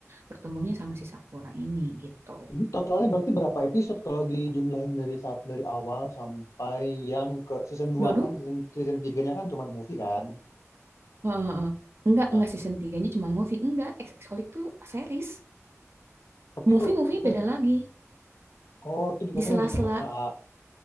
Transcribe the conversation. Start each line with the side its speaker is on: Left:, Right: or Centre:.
Right: bertumbuhnya sama si Sakura ini gitu.
Left: Ini totalnya berarti berapa episode kalau dijumlahin dari saat dari awal sampai yang ke season 2
Right: Dua
Left: kan season season 3-nya kan cuman movie kan.
Right: Heeh, heeh. Enggak,
Left: Nah,
Right: enggak season 3 cuma movie. Enggak, XX Holic tuh series.
Left: tapi
Right: Movie-movie
Left: kok nanti
Right: beda lagi.
Left: oh itu jatuhnya
Right: Di sela-sela.
Left: lebih ke OVA.